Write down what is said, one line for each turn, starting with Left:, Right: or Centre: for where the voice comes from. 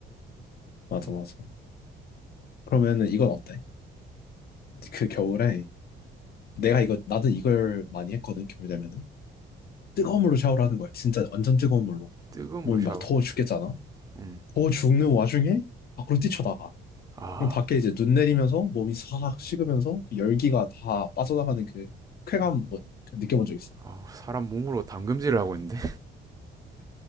Left: 맞아,
Right: 또
Left: 맞아. 그러면은 이건 어때? 그 겨울에 내가 이거 나는 이걸 많이 했거든 겨울 되면은 뜨거운 물로 샤워를 하는 거야 진짜 완전 뜨거운 물로
Right: 뜨거운
Left: 몸이
Right: 물 샤워
Left: 막 더워 죽겠잖아
Right: 음.
Left: 더워 죽는 와중에 밖으로 뛰쳐나가
Right: 아,
Left: 그럼 밖에 이제 눈 내리면서 몸이 싹 식으면서 그 열기가 다 빠져나가는 그 쾌감 뭐그 느껴본 적 있어?
Right: 아, 사람 몸으로 담금질을 하고 있는데